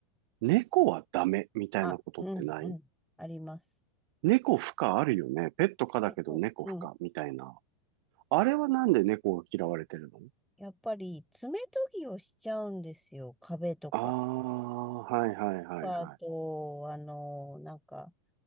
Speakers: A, on the right (about 45°); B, in the centre.
A: 猫はダメみたいなことってない
B: あ、うん、うん、あります。
A: 猫不可あるよね。ペット可だけど猫不可みたいな。
B: 結構、うん。
A: あれはなんで猫が嫌われてるの
B: やっぱり、爪研ぎをしちゃうんですよ。壁とか。
A: ああー、はいはいはいはい。
B: あと、あの、なんか、